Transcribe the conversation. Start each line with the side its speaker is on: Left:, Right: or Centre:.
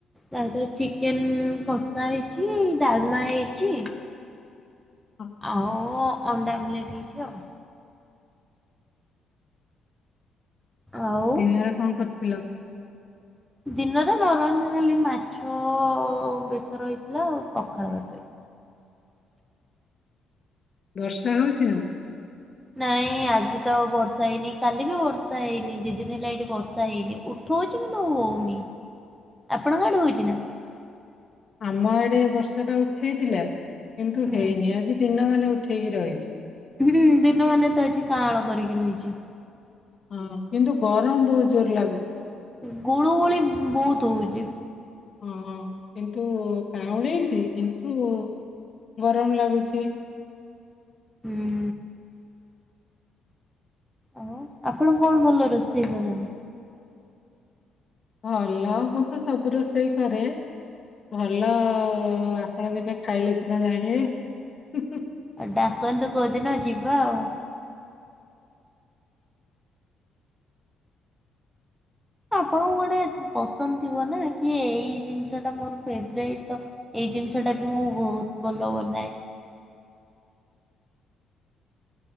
Centre: ତାପରେ ଚିକେନ୍ କସା ହେଇଛି ଡାଲ୍‌ମା ହେଇଛି
Left: ହଁ
Centre: ଆଉ
Left: ହଁ
Centre: ଅଣ୍ଡା ଆମ୍ଲେଟ୍ ହେଇଛି ଆଉ ଆଉ
Left: ଦିନରେ କଣ କରିଥିଲ।
Centre: ଦିନରେ ନର୍ମାଲ ଖାଲି ମାଛ ବେଶର ରହିଥିଲା ପଖାଳ ଭାତ ହେଇଥିଲା।
Left: ବର୍ଷା ହଉଛି ନା
Centre: ନାଇଁ ଆଜି ତ ବର୍ଷା ହେଇନି କାଲି ବି ବର୍ଷା ହେଇନି ଦି ଦିନି ହେଲା ଏଠି ବର୍ଷା ହେଇନି ଉଠ ଉଠଉଛି କିନ୍ତୁ ହଉନି ଆପଣଙ୍କ କ ଆଡ଼େ ହଉଛି ନା
Left: ଆମ ଆଡେ ବର୍ଷ ଟା ଉଠେଇଥିଲା କିନ୍ତୁ
Centre: ହୁଁ
Left: ହେଇନି ଆଜି ଦିନ ମାନେ ଉଠେଇକି ରହିଛି
Centre: ହୁଁ ଦିନ ମାନେ ତ ଆଜି କଁଳ କରିକି ରହିଛି
Left: ହଁ କିନ୍ତୁ ଗରମ ବହୁତ ଜୋର୍ ରେ ଲାଗୁଛି
Centre: ଗୁଳୁ ଗୁଳି ବହୁତ ହଉଛି
Left: ହଁ କିନ୍ତୁ କାଁ ଉଳେଇଛି କିନ୍ତୁ ଗରମ ଲାଗୁଛି
Centre: ହୁଁ ଓ ଆପଣ କଣ ଭଲ ରୋଷେଇ କରନ୍ତି
Left: ଭଲ ମୁଁ ତ ସବୁ ରୋଷେଇ କରେ ଭଲ ଆପଣ ଦିନେ ଖାଇଲେ ସିନା ଜାଣିବେ
Centre: ଆଉ ଡାକନ୍ତୁ କୋଉଦିନ ଯିବା ଆଉ ଆପଣଙ୍କୁ ଗୋଟେ ପସନ୍ଦ ଥିବ ନା କି ଏଇ ଜିନିଷ ଟା ମୋର ଫେବ୍ରାଇଟ୍ ତ ଏଇ ଜିନିଷ ଟା ବି ମୁଁ ବହୁତ ଭଲ ବନାଏ।